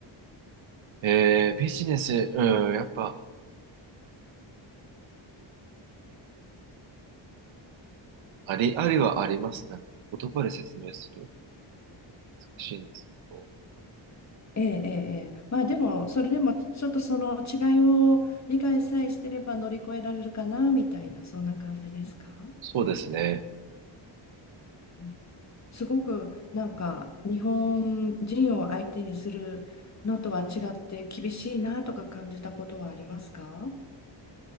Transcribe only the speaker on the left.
ええ、ええ、ええまあでも、それでもちょっとその違いを理解さえしてれば乗り越えられるかなみたいな、そんな感じですか
うんすごくなんか日本人を相手にするのとは違って厳しいなとか感じたことはありますか